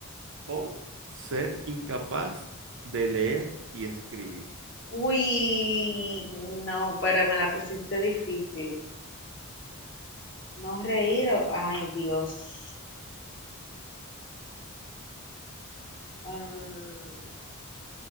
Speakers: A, on the right; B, on the left.
A: o ser incapaz de leer y escribir?
B: Uy, no, pero me la pusiste difícil. No reír o... Ay, Dios. Mm,